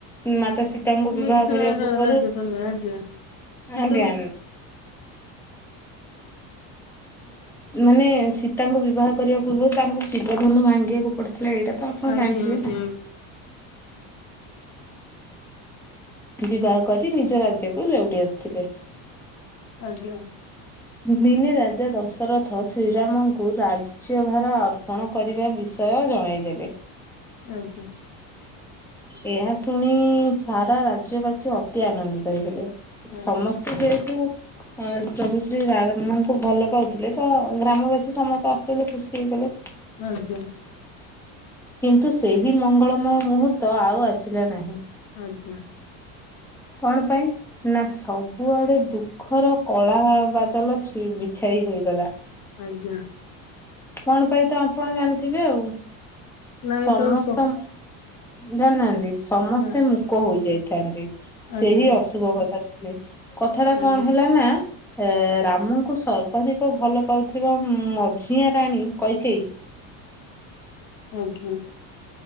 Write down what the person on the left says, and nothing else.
ମିଥିଳାର
ରାଜକନ୍ୟା ଆଜ୍ଞା ସେ
ତ ମି
ଆଜ୍ଞା
ଆଜ୍ଞା
ଆଜ୍ଞା।
ଆଜ୍ଞା।
ଆଜ୍ଞା
ଆଜ୍ଞା।
ଆଜ୍ଞା।
ଆଜ୍ଞା।
ନାଇଁ
ତ କ
ନା
ଆଜ୍ଞା
ଆଜ୍ଞା
ଆଜ୍ଞା।